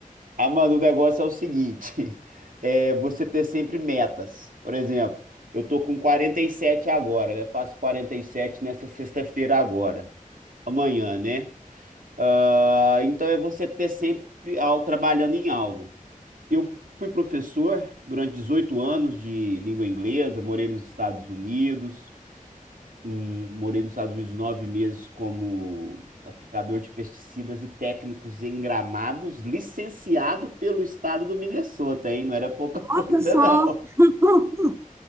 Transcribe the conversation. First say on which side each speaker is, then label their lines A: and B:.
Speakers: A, on the right; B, on the right.
A: Ah, mano, o negócio é o seguinte: <laughs> é você ter sempre metas. Por exemplo, eu tô com 47 agora, né? Faço 47 nessa sexta-feira agora, amanhã, né? Ah, então é você ter sempre algo trabalhando em algo. Eu fui professor durante 18 anos de língua inglesa, morei nos Estados Unidos um- morei nos Estados Unidos nove meses como aplicador de pesticidas e técnicos em gramados, licenciado pelo estado do Minnesota, hein? Não era pouca <laughs> coisa,
B: Olha só,
A: não.
B: <laughs>